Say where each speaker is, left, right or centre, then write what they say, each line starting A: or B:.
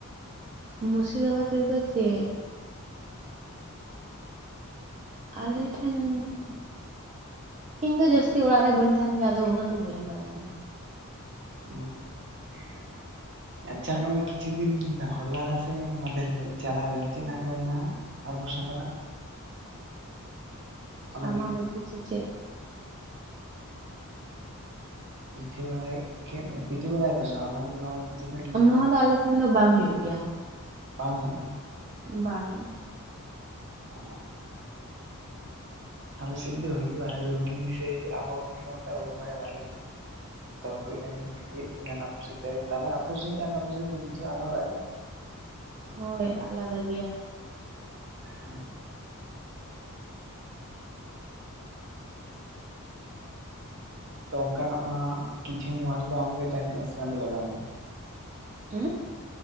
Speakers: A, on the right; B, on the right.
A: ᱢᱩᱨᱥᱤᱫᱟᱵᱟᱫᱽ ᱨᱮᱫᱚ ᱪᱮᱫ ᱟᱞᱮ ᱴᱷᱮᱱ ᱤᱧ ᱫᱚ ᱡᱟᱹᱥᱛᱤ ᱚᱲᱟᱜ ᱨᱮ ᱵᱟᱹᱧ ᱛᱟᱦᱮᱱ ᱜᱮᱭᱟ ᱟᱫᱚ ᱩᱱᱟᱹᱜ ᱫᱚ ᱵᱟᱹᱧ ᱵᱟᱲᱟᱭᱟ ᱾
B: <unintelligible>
A: <unintelligible>
B: ᱟᱪᱪᱷᱟ ᱱᱚᱜᱼᱚᱭ ᱠᱤᱪᱷᱩ ᱫᱤᱱ ᱦᱚᱞᱟ ᱥᱮ ᱢᱟᱫᱮᱨ ᱦᱤᱞᱳᱜ ᱪᱟᱞᱟᱣ ᱮᱱ ᱪᱮᱫ ᱦᱟᱸᱜ ᱠᱚ ᱢᱮᱱᱟ ᱦᱟᱸᱜ? ᱟᱵᱚ ᱥᱟᱱᱛᱟᱲ ᱟᱜ᱾ ᱚᱱᱮ
A: ᱟᱢᱵᱟᱵᱩᱛᱤ
B: ᱯᱤᱴᱷᱟᱹ
A: ᱥᱮ ᱪᱮᱫ?
B: ᱯᱤᱴᱷᱟᱹ ᱵᱟᱲᱟᱭ ᱠᱮᱫ, ᱯᱤᱴᱷᱟᱹ ᱵᱟᱲᱟᱭ ᱟᱯᱮ ᱥᱮ ᱵᱟᱝ <unintelligible>
A: ᱱᱚᱶᱟ
B: ᱦᱚᱞᱟ
A: ᱫᱚ ᱟᱞᱮ ᱥᱮᱱ ᱫᱚ ᱵᱟᱝ ᱦᱳᱭᱳᱜ ᱜᱮᱭᱟ᱾
B: ᱵᱟᱝ ᱦᱩᱭᱩᱜᱼᱟ?
A: ᱵᱟᱝ,
B: ᱚ, ᱟᱞᱮ ᱥᱮᱫ ᱫᱚ ᱦᱩᱭᱩᱜ-ᱟ᱾ ᱨᱩᱱᱦᱤ ᱥᱮ ᱟᱵᱟ‌ᱵᱩᱛᱤ ᱠᱚ ᱢᱮᱛᱟᱜᱟ ᱵᱟᱹᱧ ᱵᱟᱲᱟᱭᱟ ᱵᱷᱟᱞᱮ ᱴᱷᱤᱠ, ᱛᱚ ᱦᱩᱭ ᱚᱱᱟ ᱜᱮᱧ <unintelligible> ᱟᱯᱮ ᱥᱮᱫ ᱫᱚ ᱛᱟᱞᱦᱮ ᱟᱯᱮ ᱥᱮᱫ ᱟᱨ ᱟᱞᱮ ᱥᱮᱫ ᱫᱚ ᱠᱤᱪᱷᱩ ᱟᱞᱟᱫᱟᱜ ᱡᱟᱹᱱᱤᱡ,
A: ᱦᱳᱭ ᱟᱞᱟᱫᱟ ᱜᱮᱭᱟ᱾
B: ᱦᱮᱸ, ᱛᱚ ᱚᱱᱠᱟ ᱱᱟᱜ ᱢᱟ ᱠᱤᱪᱷᱩ ᱱᱚᱣᱟ ᱨᱮᱫᱚ ᱟᱢᱜᱮ ᱴᱟᱭᱤᱢ ᱥᱯᱮᱱᱰ ᱞᱟᱜᱟᱣ ᱢᱮᱭᱟ᱾
A: ᱩᱸ,